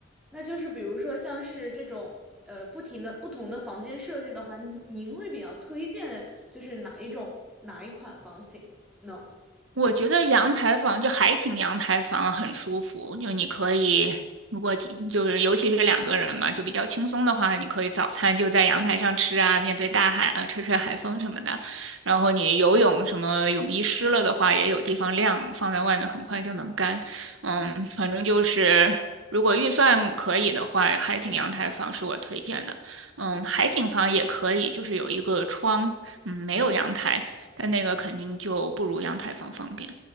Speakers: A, in the centre; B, on the right.
A: 那就是比如说像是这种呃不停的不同的房间设置的话，您您会比较推荐就是哪一种哪一款房型呢？
B: 我觉得阳台房就海景阳台房很舒服，就你可以，如果几就是尤其是两个人嘛，就比较轻松的话，你可以早餐就在阳台上吃啊，面对大海啊，吹吹海风什么的。然后你游泳什么泳衣湿了的话，也有地方晾，放在外面很快就能干。嗯，反正就是如果预算可以的话，海景阳台房是我推荐的。嗯，海景房也可以，就是有一个窗，嗯，没有阳台。但那个肯定就不如阳台房方便。